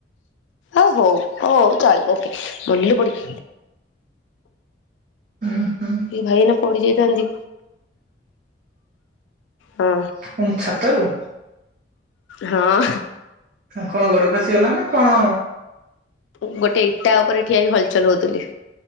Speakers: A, on the left (about 80°); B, on the right (about 45°).
A: ଆଉ ହଉ ହଉ ଚଳିବ ଓକେ ଗଲିଲ ପଡି
B: ହୁଁ ହୁଁ
A: ଏ ଭାଇ ଏନା ପଢି ଯାଇଥାନ୍ତି ହଁ।
B: କଣ ଛାତରୁ
A: ହଁ।
B: କଣ ଗୋଡ ଖସିଗଲା ନା କଣ
A: ଗୋଟେ ଇଟା ଉପରେ ଠିଆ ହେଇ ହଲଚଲ ହଉଥିଲି।